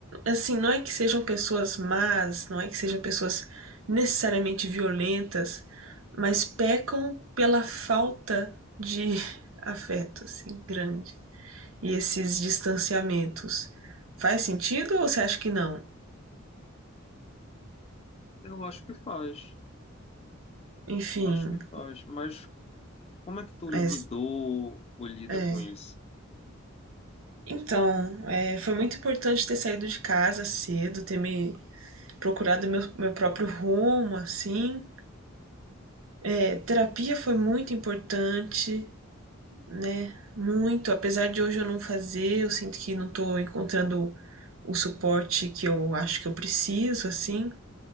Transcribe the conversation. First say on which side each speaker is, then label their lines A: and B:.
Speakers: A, on the right (about 70°); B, on the left (about 30°).
A: Assim, não é que sejam pessoas más, não é que sejam pessoas necessariamente violentas, mas pecam pela falta de <laughs> afeto, assim, grande. E esses distanciamentos. Faz sentido ou você acha que não?
B: Eu acho que faz.
A: Enfim,
B: Eu acho que faz, mas como é que tu lidou
A: mas
B: ou lida
A: é.
B: com isso?
A: Então, é, foi muito importante ter saído de casa cedo, ter me procurado meu, meu próprio rumo, assim. É, terapia foi muito importante. né? Muito. Apesar de hoje eu não fazer, eu sinto que não tô encontrando o suporte que eu acho que eu preciso, assim.